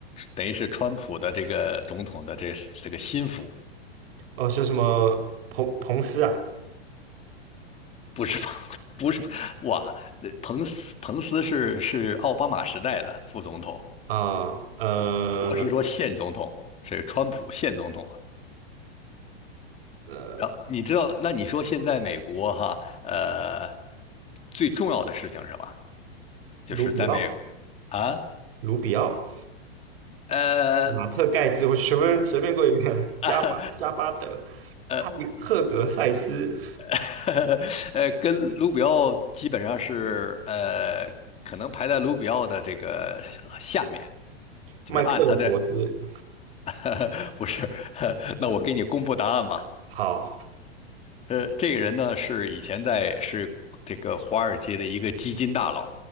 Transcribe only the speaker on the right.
哦，是什么彭彭斯啊？
啊，呃，
呃
卢比奥。
卢比奥、
马特盖茨，我随便随便过一遍，加巴加巴德、
汉赫格塞斯、
麦克尔伯兹，
嗯，
好，